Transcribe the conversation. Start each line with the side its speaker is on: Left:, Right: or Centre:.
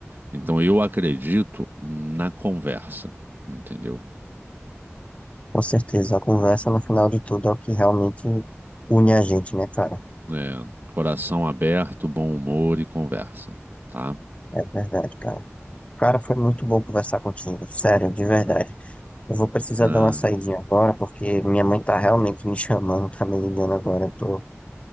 Right: Então eu acredito na conversa, entendeu?
Left: Com certeza, a conversa no final de tudo é o que realmente une a gente, né, cara?
Right: É, coração aberto, bom humor e conversa, tá?
Left: É verdade, cara. Cara, foi muito bom conversar contigo, sério, de verdade. Eu vou precisar
Right: É,
Left: dar uma saidinha agora, porque minha mãe tá realmente me chamando, tá me ligando agora. Eu tô...